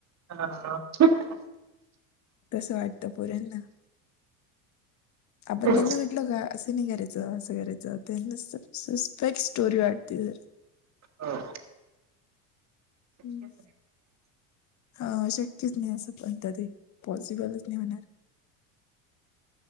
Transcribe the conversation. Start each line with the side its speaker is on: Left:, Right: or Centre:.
Right: हा <inaudible>
Left: तस वाटतं पोऱ्यांना. आपण
Right: तेच
Left: त्यांना ल का असं नाही करायचं असं करायचं त्यांना सस्पेक स्टोरी वाटते
Right: हां.
Left: हम्म अ शक्यच नाही असं पण कधी पॉसिबलच नाही होणार.